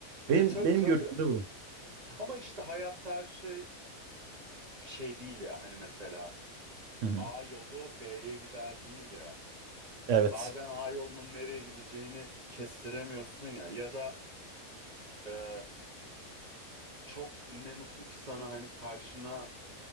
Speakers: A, on the right; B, on the right.
A: Benim
B: E tabii
A: benim
B: tabii.
A: görüşüm de bu.
B: Ama işte hayatta her şey şey değil ya. Hani mesela
A: Hı hı.
B: A yolu B'ye gider değil ya.
A: Evet.
B: Bazen A yolunun nereye gideceğini kestiremiyorsun ya. Ya da e, çok ne mutlu ki sana hani karşına